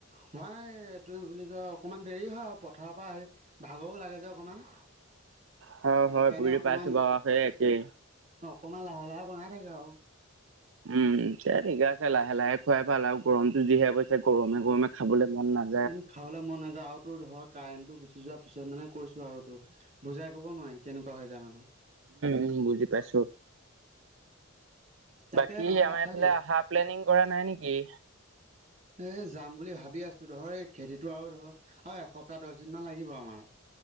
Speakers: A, on the right; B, on the right.
A: খোৱা নাই এইটো বুলি কয় অকমান দেৰি হয় আৰু পথাৰৰ পৰা আহি ভাগৰো লাগে যে অকমান।
B: হয়
A: সেইকাৰণে
B: হয় বুজি
A: অকমান
B: পাইছো বাৰু সেই একেই
A: অকমান লাহে-লাহে বনাই থাকে আৰু।
B: উম, দিয়া ঠিকে আছে লাহে-লাহে খুৱাই ভাল আৰু গৰমতো যিহে পৰিছে গৰমে-গৰমে খাবলৈ মন নযায়।
A: উম, খাবলৈ মন নাযায় আৰু তোৰ ধৰ কাৰেণ্টটো গুচি যোৱাৰ পিছত মানে কৈছো আৰু তোক বুজাই ক'ব নোৱাৰি কেনেকুৱা হৈ যায় মানুহ।
B: উম, বুজি পাইছোঁ।
A: তাকে
B: বাকী
A: তহঁতে ভাত
B: আমাৰ
A: খালি
B: এইফালে আহা প্লেনিং কৰা নাই নেকি?
A: এ যাম বুলি ভাবি আছোঁ, ধৰ এই খেতিটো আৰু ধৰ অহ, এসপ্তাহ দহদিন মান লাগিব আমাৰ।